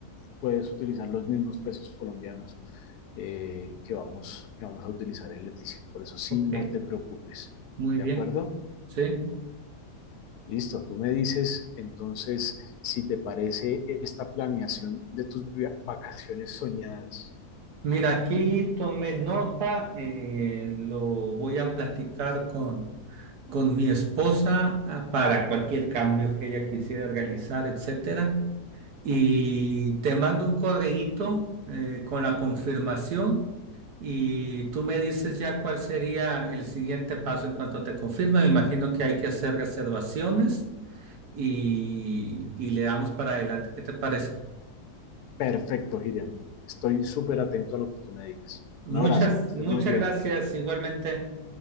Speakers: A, on the left; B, on the right.
A: puedes utilizar los mismos pesos colombianos eh, que, vamos, que vamos a utilizar en Leticia. Por eso sí,
B: Ok,
A: no te preocupes,
B: muy
A: ¿de
B: bien.
A: acuerdo?
B: Sí.
A: Listo, tú me dices entonces si te parece esta planeación de tus via- vacaciones soñadas.
B: Mira, aquí tomé nota, eh, lo voy a platicar con, con mi esposa ah, para cualquier cambio que ella quisiera realizar, etcétera. Y te mando un correíto eh, con la confirmación y tú me dices ya cuál sería el siguiente paso en cuanto te confirme. Me imagino que hay que hacer reservaciones y, y le damos para adelante. ¿Qué te parece?
A: Perfecto, Giriam. Estoy súper atento a lo que tú me digas.
B: Muchas,
A: Un abrazo, que estés
B: muchas
A: muy bien.
B: gracias igualmente.